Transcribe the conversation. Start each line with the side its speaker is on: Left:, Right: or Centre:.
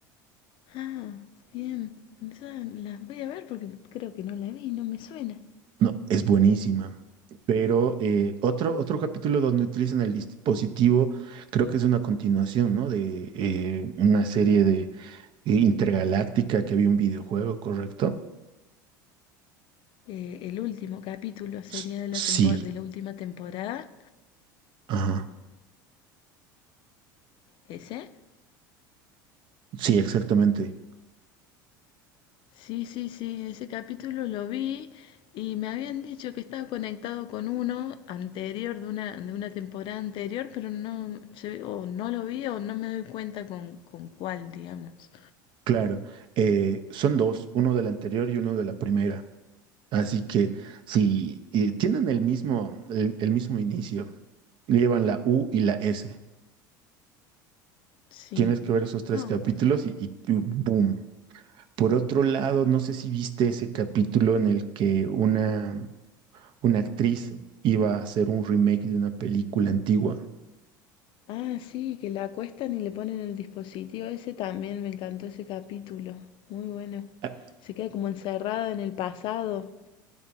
Left: Ah, bien. Esa la voy a ver porque creo que no la vi, no me suena.
Right: No, es buenísima. Pero eh, otro, otro capítulo donde utilizan el dispositivo, creo que es una continuación, ¿no? De eh, una serie de eh, intergaláctica que había un videojuego, ¿correcto?
Left: Eh, el último capítulo sería
Right: S-
Left: de la
Right: sí,
Left: tempo- de la última temporada,
Right: ajá.
Left: ese.
Right: Sí, exactamente.
Left: Sí, sí, sí, ese capítulo lo vi y me habían dicho que estaba conectado con uno anterior, de una, de una temporada anterior, pero no, se- o no lo vi o no me doy cuenta con, con cuál, digamos.
Right: Claro. Eh, son dos, uno de la anterior y uno de la primera. Así que si eh, tienen el mismo, el, el mismo inicio, llevan la U y la S.
Left: Sí.
Right: Tienes que ver esos tres
Left: No.
Right: capítulos y, y y ¡boom! Por otro lado, no sé si viste ese capítulo en el que una, una actriz iba a hacer un remake de una película antigua.
Left: Ah, sí, que la acuestan y le ponen el dispositivo. Ese también me encantó ese capítulo. Muy bueno.
Right: Ah,
Left: Se queda como encerrada en el pasado